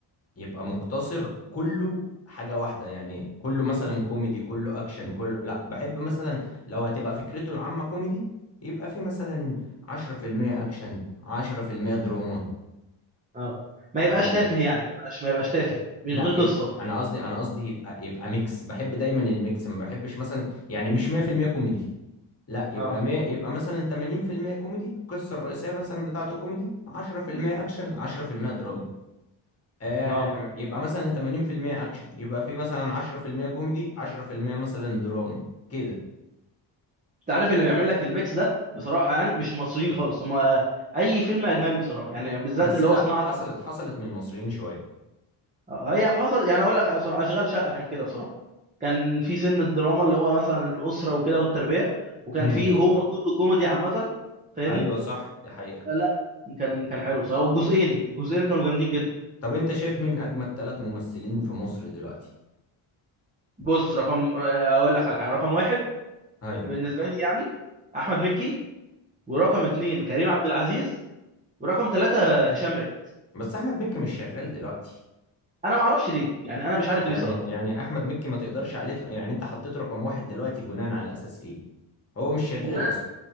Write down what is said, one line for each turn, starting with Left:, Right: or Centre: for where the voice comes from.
Left: يبقى مقتصر كله حاجة واحدة يعني كله مثلا كوميدي كله اكشن كله لا بحب مثلا لو هتبقى فكرته العامة كوميدي يبقى في مثلا 10% اكشن 10% دراما
Right: اه ما
Left: يعني
Right: يبقاش تافه يعني ما يبقاش ما يبقاش تافه من
Left: لا
Right: غير
Left: يبقى
Right: قصه
Left: انا قصدي انا قصدي يبقى يبقى ميكس بحب دايما الميكس ما بحبش مثلا يعني مش 100% كوميدي لا يبقى
Right: اه
Left: ما يبقى مثلا 80% كوميدي القصه الرئيسيه مثلا بتاعته كوميدي 10% اكشن 10% دراما آه
Right: اه
Left: يبقى مثلا 80% اكشن يبقى في مثلا 10% كوميدي 10% مثلا دراما كده
Right: انت عارف اللي بيعمل لك الميكس ده بصراحه يعني مش المصريين خالص هم اي فيلم اجنبي بصراحه يعني بالذات
Left: بس
Right: اللي
Left: لا
Right: هو صناعه
Left: حصلت
Right: الامريكيه
Left: حصلت من المصريين شويه
Right: هي حصل يعني اقول لك بصراحه اشغال شقه كان كده بصراحه كان في سن الدراما اللي هو مثلا الاسره وكده والتربيه وكان
Left: امم
Right: في هو كله كوميدي عامه فاهمني
Left: ايوه صح دي حقيقه
Right: لا لا، كان كان كان حلو بصراحه والجزئين الجزئين كانوا جامدين جدا
Left: طب انت شايف مين اجمد ثلاث ممثلين في مصر دلوقتي
Right: بص رقم اقول لك على حاجه رقم واحد
Left: ايوه
Right: بالنسبه لي يعني احمد مكي ورقم اتنين كريم عبد العزيز ورقم ثلاثه هشام ماجد
Left: بس احمد مكي مش شغال دلوقتي
Right: انا ما اعرفش ليه يعني انا مش عارف
Left: يعني
Right: ليه بصراحه
Left: يعني احمد مكي ما تقدرش عليه تح- يعني انت حطيت رقم واحد دلوقتي بناء على اساس ايه هو مش شغال
Right: بناء
Left: اصلا